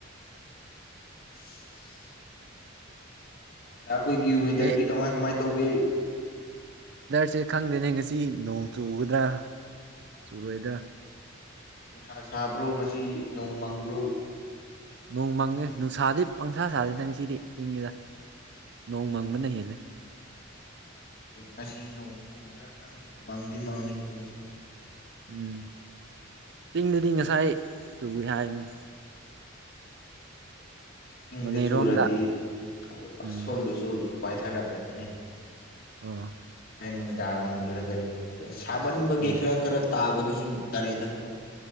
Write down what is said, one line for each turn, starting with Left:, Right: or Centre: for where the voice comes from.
Left: <inaudible> ꯑꯩꯈꯣꯏꯒꯤ ꯋꯦꯗꯔꯗꯤ
Right: ꯑꯦ
Left: ꯀꯃꯥꯏ ꯀꯃꯥꯏ ꯇꯧꯒꯦ
Right: ꯁꯦ ꯈꯪꯗꯦꯅꯦ ꯉꯁꯤ ꯅꯣꯡ ꯆꯨꯒꯗ꯭ꯔꯥ ꯆꯨꯔꯣꯏꯗ꯭ꯔꯥ
Left: ꯅꯨꯡꯁꯥ ꯁꯥꯕ꯭ꯔꯣ ꯉꯁꯤ ꯅꯣꯡ ꯃꯪꯕ꯭ꯔꯣ
Right: ꯅꯣꯡꯃꯪꯉꯦ ꯅꯨꯡꯁꯥꯗꯤ ꯄꯪꯁꯥ ꯁꯥꯗꯦꯗ ꯉꯁꯤꯗꯤ ꯏꯪꯉꯤꯗ ꯅꯣꯡ ꯃꯪꯕꯅ ꯍꯦꯜꯂꯦ
Left: ꯉꯁꯤ ꯅꯣꯡꯆꯨꯒꯦꯔꯥ ꯈꯪꯗꯦ ꯃꯪꯗꯤ ꯃꯪꯉꯤ ꯅꯣꯡꯁꯦ
Right: ꯎꯝ ꯆꯤꯡꯗꯗꯤ ꯉꯁꯥꯏ ꯆꯨꯏ ꯍꯥꯏꯕꯅꯤ
Left: ꯆꯤꯡꯗ
Right: ꯅꯣꯅꯦꯔꯣꯝꯗ
Left: ꯆꯨꯔꯗꯤ ꯑꯁ
Right: ꯎꯝ
Left: ꯁꯣꯝꯗꯁꯨ ꯑꯗꯨꯝ ꯄꯥꯏꯊꯔꯛꯀꯅꯤꯅꯦ
Right: ꯑꯝ
Left: ꯍꯣꯔꯦꯟ ꯅꯨꯡꯗꯥꯡ ꯑꯣꯏꯕꯩꯔꯥ ꯀꯔꯤ ꯔ ꯁꯥꯃꯟꯕꯒꯤ
Right: ꯎꯝ
Left: ꯈꯔ ꯈꯔ ꯇꯥꯕꯗꯨꯁꯨ ꯆꯨꯝ ꯐꯔꯦꯗ ꯀꯣ